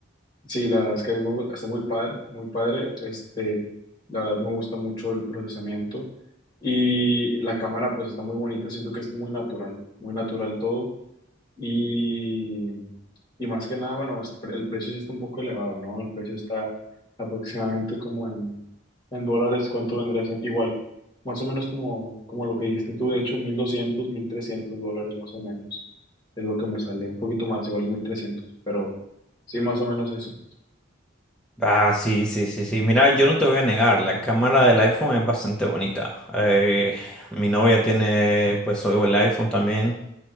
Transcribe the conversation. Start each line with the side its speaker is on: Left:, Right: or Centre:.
Left: sí, la verdad es que a mí me gu- está muy padre, muy padre. Este, la verdad me gusta mucho el procesamiento y la cámara pues está muy bonita, siento que es muy natural, muy natural todo. Y, y más que nada, bueno, es- el precio sí está un poco elevado, ¿no? El precio está aproximadamente como en, en dólares, ¿cuánto vendría siendo? Igual, más o menos como, como lo que dijiste tú, de hecho, mil doscientos mil trescientos dólares más o menos es lo que me sale, un poquito más, igual 1300 pero sí, más o menos eso.
Centre: Ah, sí, sí, sí, sí. Mira, yo no te voy a negar, la cámara del iPhone es bastante bonita. Eh, mi novia tiene pues el iPhone también.